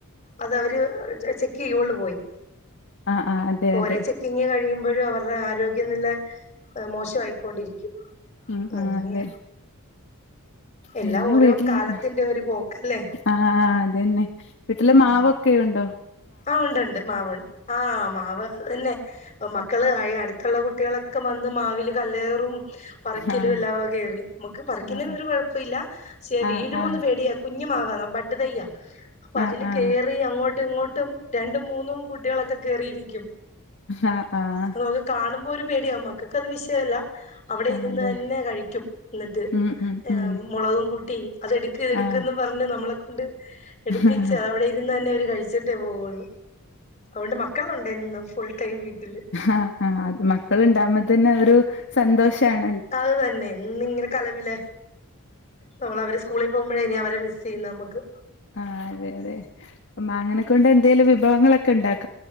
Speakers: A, on the left; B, on the left.
A: അതവര് ചെക്ക് ചെയ്യോള്ളു പോയി
B: ആഹ് ആഹ് അതെ
A: ഓരെ
B: അതെ
A: ചെക്കിങ് കഴിയു പ്പഴും അവരുടെ ആരോഗ്യനില മോശമായിക്കൊണ്ടിരിക്കും
B: ആ
A: അങ്ങനെയാ
B: അതെ പിന്നെ
A: എല്ലാം ഓരോ
B: വീട്ടില
A: കാലത്തിന്റെ
B: അ
A: ഒരു പോക്കല്ലേ
B: ആ ആ അതെന്നെ വീട്ടില്
A: ഉം
B: മാവൊക്കെയുണ്ടോ
A: ആ ഒണ്ട്ണ്ട് മാവൊണ്ട് ആ മാവ് അ തന്നെ ഇപ്പ മക്കള് ആയെ അടുത്തുള്ള കുട്ടികളൊക്കെ വന്ന് മാവിൽ കല്ലേറും പറിക്കലും
B: ആഹ്
A: എല്ലാം കേറി നമുക്ക് പറിക്കുന്നതിന്
B: ആഹ്
A: ഒരു കൊഴപ്പല്ല പക്ഷേ വീഴോന്ന്പേടിയ
B: ആഹ് ആഹ്
A: കുഞ്ഞുമാ ആ ബഡ് തെയ്യാ അപ്പ
B: ആഹ്
A: അതില്
B: ആഹ്
A: കേറി അങ്ങോട്ട് <unintelligible> ഇങ്ങോട്ടും രണ്ടും മൂന്നും കുട്ട്യാളൊക്കെ കേറിയിരിക്കും
B: ആഹ് ആഹ്
A: നമുക്ക് കാണുമ്പോ ഒരു പേടിയാ മക്കക്ക് അത് വിഷയല്ല അവിടെ
B: ആഹ്
A: ഇരുന്ന്
B: അതെ
A: തന്നെ കഴിക്കും എന്നിട്ട്
B: ഉം ഉം
A: ഏ
B: ഉം
A: മൊളകും കൂട്ടി അതെടുക്ക് എടുക്ക്ന്ന്
B: ആഹ്
A: ‌ പറഞ്ഞ് നമ്മളെകൊണ്ട് എടുപ്പിച്ചു
B: ആഹ്
A: അതവിടെ ഇരുന്ന് തന്നെ അവർ കഴിച് ന്റെ <unintelligible> <inaudible> അതൊണ്ട് മക്കളുണ്ടെന്നും ഫുൾ ടൈം വീട്ടില്
B: ആ ആ അത് മക്കളുണ്ടാവുമ്പോ തന്നെ അത് ഒരു സന്തോഷാണ്
A: അത് തന്നെ ഇന്നിങ്ങനെ കലപില നമ്മള് അവര് സ്കൂളിൽ പോകുമ്പോഴാഇനി അവരെ മിസ് ചെയ്യുന്നു നമുക്ക്
B: ആ അതെ അതെ അ <unintelligible> വിടെ എന്തേലും വിഭവങ്ങളൊക്കെ ഇണ്ടാക്